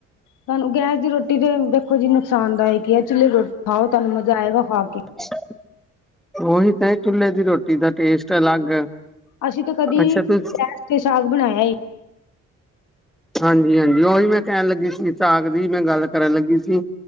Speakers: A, on the left; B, in the centre.
A: ਤੁਹਾਨੂੰ ਗੈਸ ਦੀ ਰੋਟੀ ਤੇ ਦੇਖੋ ਜੀ ਨੁਕਸਾਨਦਾਇਕ ਈ ਆ ਚੁੱਲ੍ਹੇ ਦੀ ਰੋਟੀ ਖਾਓ ਤੁਹਾਨੂੰ ਮਜ਼ਾ ਆਏਗਾ ਖਾ ਕੇ।
B: <unintelligible> ਓਹੀ ਤੇ ਚੁਲੇ ਦੀ ਰੋਟੀ ਦਾ ਟੇਸਟ ਅਲੱਗ
A: ਅਸੀਂ ਤਾਂ ਕਦੀ
B: ਅੱਛਾ ਤੁ
A: ਗੈਸ ਤੇ ਸਾਗ ਬਣਾਇਆ ਈ।
B: ਹਾਂਜੀ-ਹਾਂਜੀ ਓਹੀ ਮੈਂ ਕੈਣ ਲੱਗੀ ਸੀ ਸਾਗ ਦੀ ਮੈਂ ਗੱਲ ਕਰਨ ਲੱਗੀ ਸੀ